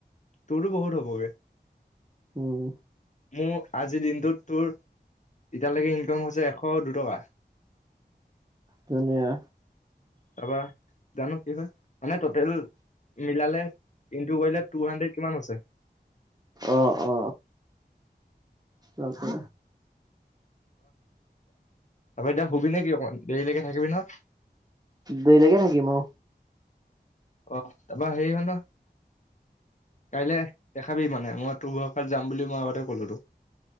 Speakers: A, on the left; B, on the right.
A: তোৰো বহুত হ'বগে।
B: উম।
A: মোৰ আজিৰ দিনটোত তোৰ এতিয়ালৈকে ইনকম হৈছে এশ দুটকা।
B: ধুনীয়া।
A: তাপা জানো কি হয় মানে টটেল মিলালে। ইনটু কৰিলে টো হান্দ্ৰেড কিমান হৈছে।
B: অ অ। তাপা।
A: তাপা এতিয়া শুবি নেকি অকমান দেৰিলৈকে থাকিবি ন।
B: দেৰিলৈকে থাকিম অ।
A: অ তাপা হেৰি হ ন। কাইলৈ দেখাবি মানে মই তোৰ ভৰষাত যাম বুলি মই আগতে ক'লো তোক।